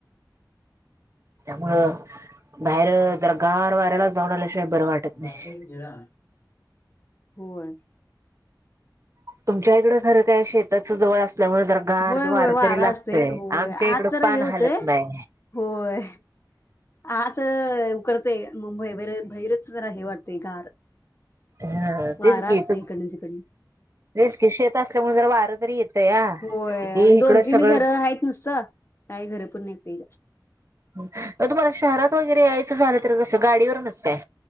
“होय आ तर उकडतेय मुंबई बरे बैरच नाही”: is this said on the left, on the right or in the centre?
Left